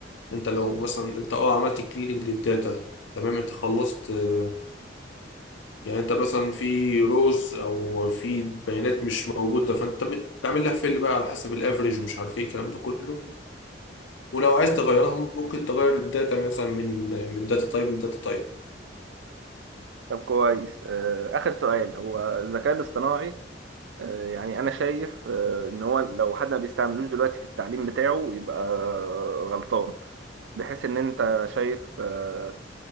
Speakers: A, on the left; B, on the right.
A: انت لو مثلا انت اه عملت كليننج للداتا تمام انت خلصت آه، يعني انت مثلا في روز او في بيانات مش موجوده فانت بتعمل لها فيل بقى على حسب الافريج مش عارف ايه الكلام ده كله ولو عايز تغيرها ممكن تغير الداتا مثلا من من داتا تايب لداتا تايب
B: طب كويس آه، آخر سؤال هو الذكاء الاصطناعي آه، يعني أنا شايف آه، إن هو لو حد ما بيستعملوش دلوقتي في التعليم بتاعه يبقى آه، غلطان بحيث إن أنت شايف آه،